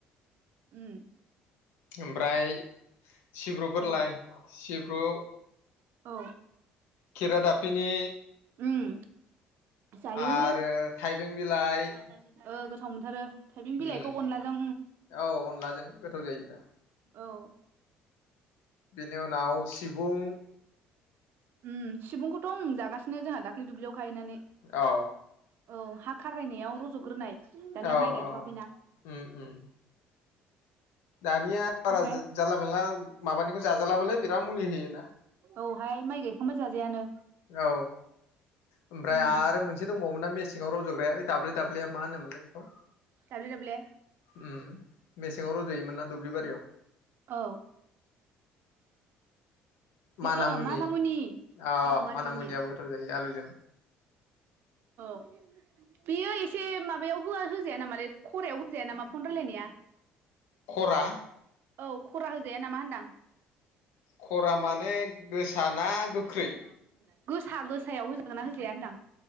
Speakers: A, on the right; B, on the left.
A: उम
B: ओमफ्राय सिब्रुफोर
A: औ
B: लाय सिब्रु
A: औ
B: खेरादाफिनि
A: उम जायो
B: आरो थाइबें बिलाइ
A: ओ गोथाव मोनथारो थाइबें बिलाइखौ
B: उम
A: अनलाजों
B: औ अनलाजों गोथाव जायो दा
A: औ औ
B: बेनि उनाव सिबुं
A: उम सिबुंखौथ उम जागासिनो जोंहा दाख्लै दुब्लियाव खाहैनानै
B: औ
A: औ हा खारायनायाव रजग्रोनाय माने
B: औ
A: माइ गायथवाखैना
B: औ उम उम दानिया बारा
A: ओमफ्राय
B: जानला मानला माबानिखौ जाजालाबोलै बिराद मुलि होयोना
A: औहाय माइ गायखांबा जाजायानो
B: औ ओमफ्राय
A: उम
B: आरो मोनसे दंबावोमोन ना मेसेङाव रजग्राया ओइत दाबले दाबलेया मा होनोमोन लाय बे खौ
A: दाब्ले दाब्ले
B: उम मेसेङाव रज योमोन ना दुब्लि बारियाव
A: औ
B: माना
A: ओ
B: मुनि
A: मानामुनि
B: अ
A: औ मानामुनि
B: माना मुनियाबो गोथाव जायो आलुजों
A: औ बेयो एसे माबायाव होआ हो जायानामालै खरायाव होजाया नामा फन रायलायनाया
B: खरा
A: औ खरा होजाया नामा होनदां
B: खरा माने गोसा
A: <inaudible>
B: ना गोख्रै
A: गोसा गोसायाव होजागोन ना होजाया होनदां